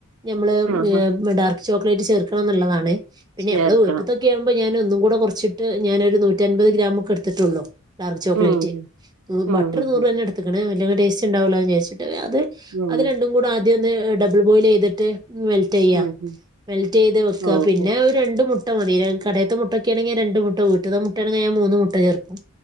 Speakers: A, on the right; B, on the right.
A: ഞമ്മളെ
B: ആഹ്
A: ഏ ഡാർക്ക്‌ ചോക്ലേറ്റ് ചേർക്കണമെന്നുള്ളതാ ണേ പിന്നെ
B: ചേർക്കണം
A: നമ്മടെ വീട്ടത്തൊക്കെ ആവുമ്പോ ഞാന് ഒന്ന് കൂട കൊറച്ചിട്ട് ഞാനൊരു നൂറ്റമ്പത് ഗ്രാമൊക്കെ എടുത്തിട്ടുള്ളൂ ഡാർക്ക് ചോക്ലേറ്റ്
B: ഉം ഉം ഉം
A: ബട്ടറ്
B: ഉം
A: നൂറ് തന്നെ എടുത്ത്ക്ക്ണ് നല്ല ടെസ്റ്റ് ഉണ്ടാവുല്ലോന്ന് വിചാരിച്ചു അത്
B: ഉം ഉം
A: അത് രണ്ടും കൂടെ ആദ്യ ആദ്യന്നെ ഡബിൾ ബോയില് ചെയ്തിട്ട് മെൽറ്റ് ചെയ്യാ
B: ഉം ഉം
A: മെൽറ്റ് ചെയ്ത് വെക്കാ
B: ഓഹോ
A: പിന്നെ ഒരു രണ്ട് മു ട്ട മതി കടയത്തെ മുട്ടക്കേ ആണെങ്ങെ രണ്ടു മുട്ട, വീട്ടിത്തെ മുട്ടയാണെങ്കി ഞാൻ മൂന്ന് മുട്ട ചേർക്കും.